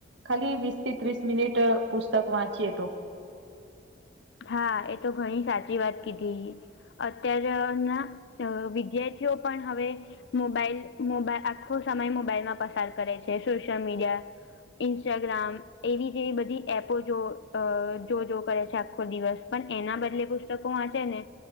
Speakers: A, on the right; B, on the left.
A: ખાલી વીસથી ત્રીસ મિનિટ પુસ્તક વાંચીએ તો.
B: હા, એતો ઘણી સાચી વાત કીધી. અત્યાર તો ના, વિદ્યાર્થીઓ પણ હવે મોબાઈલ મોબાઈ આખો સમય મોબાઈલમાં પસાર કરે છે. સોશિયલ મીડિયા ઇન્સ્ટાગ્રામ એવી જેવી બધી એપો જો અ જો જો કરે છે. આખું દિવસ પણ એના બદલે પુસ્તકો વાંચેને